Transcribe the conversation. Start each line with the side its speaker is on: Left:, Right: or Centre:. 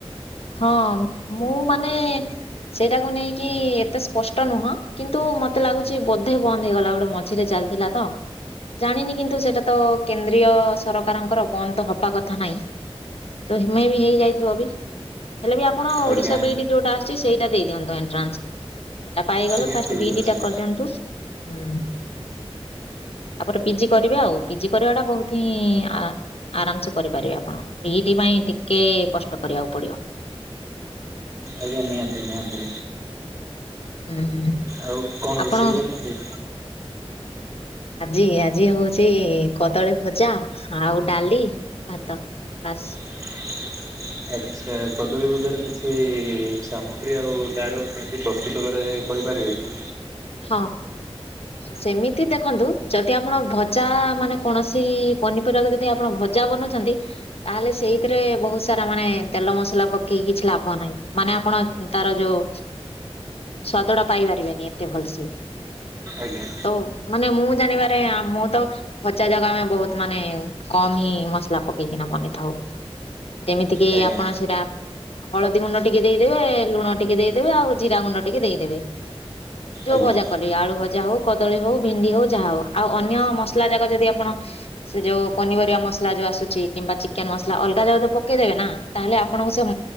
Left: ହଁ ମୁଁ ମାନେ ସେଇଟାକୁ ନେଇକି ଏତେ ସ୍ପଷ୍ଟ ନୁହଁ କିନ୍ତୁ ମତେ ଲାଗୁଛି ବୋଧେ ବନ୍ଦ ହେଇଗଲା ଗୋଟେ ମଝିରେ ଚାଲିଥିଲା। ତ। ଜାଣିନି କିନ୍ତୁ ସେଇଟା ତ କେନ୍ଦ୍ରୀୟ ସରକାରଙ୍କର ବନ୍ଦ ହବା କଥା ନାହିଁ। ତ ହିମେ ବି ହେଇଯାଇଥିବ ବି। ହେଲେ ବି ଆପଣ
Right: ଆଜ୍ଞା
Left: ଓଡିଶା ବି ଇ ଡି ଯୋଉଟା ଆସଛି ସେଇଟା ଦେଇଦିଅନ୍ତୁ ଏଣ୍ଟ୍ରାନ୍ସ। ପାଇଗଲ
Right: ଆଜ୍ଞା
Left: ଫାଷ୍ଟ
Right: ଠିକ୍
Left: ବି
Right: ଅଛି
Left: ଇ ଡି ଟା କରିଦିଅନ୍ତୁ। ହୁଁ ତାପରେ ପି ଜି କରିବେ ଆଉ ପି ଜି କରିବା ଟା ବହୁତ ହିଁ ଆ ଆରାମ ସେ କରିପାରିବେ ଆପଣ ବି ଇ ଡି ପାଇଁ ଟିକେ କଷ୍ଟ କରିବାକୁ ପଡିବ।
Right: ଆଜ୍ଞା ନିହାତି ନିହାତି।
Left: ହୁଁ।
Right: ଆଉ କଣ
Left: ଆପଣ
Right: ରୋଷେଇ କରୁଛନ୍ତି?
Left: ଆଜି ଆଜି ହଉଛି କଦଳୀ ଭଜା ଆଉ ଡାଲି ଭାତ ବାସ।
Right: <unintelligible> ଆଚ୍ଛା କଦଳୀ ଭଜାର କିଛି ସାମଗ୍ରୀ ଆଉ ତାର କେ ମିତି ପ୍ରସ୍ତୁତ କରାଯାଏ କହିପାରିବେ କି?
Left: ହଁ। ସେମିତି ଦେଖନ୍ତୁ ଯଦି ଆପଣ ଭଜା ମାନେ କୌଣସି ପନିପରିବାକୁ ଯଦି ଆପଣ ଭଜା ବନଉଛନ୍ତି ତାହେଲେ ସେଇଥିରେ ବହୁତ ସାରା ମାନେ ତେଲ ମସଲା ପକେଇକି କିଛି ଲାଭ ନାହିଁ ମାନେ ଆପଣ ତାର ଯୋଉ ସ୍ୱାଦ ଟା ପାଇ ପାରିବେନି ଏତେ ଭଲସେ।
Right: ଆଜ୍ଞା।
Left: ତ ମାନେ ମୁଁ ଜାଣିବାରେ ମୁଁ ତ ଭଜା ଯାକ ଆମେ ବହୁତ ମାନେ କମ ହିଁ ମସଲା ପକେଇକିନା ବନେଇଥାଉ। ଯେମିତି କିି
Right: ଆଜ୍ଞା
Left: ଆପଣ ସେଟା ହଳଦୀ ଗୁଣ୍ଡ ଟିକେ ଦେଇଦେବେ, ଲୁଣ ଟିକେ ଦେଇଦେବେ ଆଉ ଜିରା ଗୁଣ୍ଡ ଟିକେ ଦେଇଦେବେ। ଯୋଉ
Right: ଆଜ୍ଞା।
Left: ଭଜା କଲେ ଆଳୁ ଭଜା ହଉ, କଦଳୀ ହଉ, ଭେଣ୍ଡି ହଉ ଯାହା ହଉ ଆଉ ଅନ୍ୟ ମସଲା ଯାକ ଯଦି ଆପଣ ସେ ଯୋଉ ପନିପରିବା ମସଲା ଯୋଉ ଆସୁଛି କିମ୍ବା ଚିକେନ ମସଲା ଅଲଗା ଯାଉ ପକେଇଦେବେ ନା ତାହେଲେ ଆପଣଙ୍କୁ ସେ